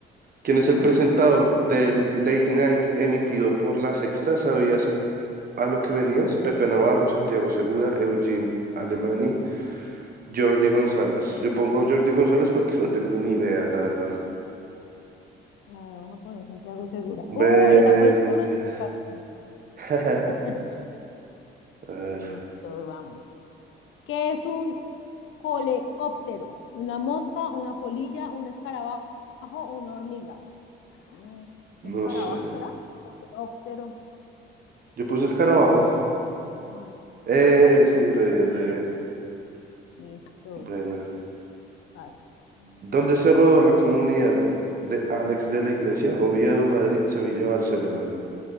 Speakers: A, on the right (about 50°); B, on the left (about 80°).
A: ¿Quién es el
B: <laughs>
A: presentador del Late Night emitido por La Sexta? ¿Sabías a lo que venías? Pepe Navarro, Santiago Segura, Eugene Alemani, Jordi González. Yo pongo Jordi González porque <laughs> no tengo ni idea, la verdad.
B: A ver, vamos a poner Santiago Segura.
A: Bien,
B: Uy, esa fue el
A: bien,
B: puro
A: bien,
B: chiripazo.
A: <laughs>
B: <laughs>
A: A ver,
B: Listo, vamos. ¿Qué es un coleóptero? ¿Una mosca, una polilla, un escarabajo, una hormiga? Mm, ¿Un
A: no
B: escarabajo
A: sé.
B: será? Coleóptero.
A: Yo puse
B: Yo
A: escarabajo.
B: creo ya con esto no. No,
A: Eh,
B: Pues
A: sí,
B: está
A: re bien,
B: bien.
A: re bien.
B: Listo.
A: Buena.
B: Vas. Mm,
A: ¿Dónde se rodó la comunidad de Alex de la Iglesia? Oviedo, Madrid, Sevilla, Barcelona.